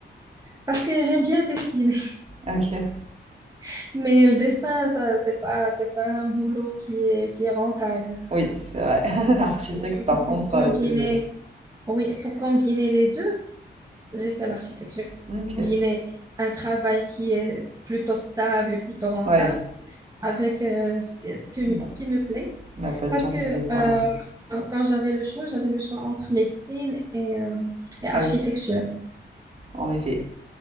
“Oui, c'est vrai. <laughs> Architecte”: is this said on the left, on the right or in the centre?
Right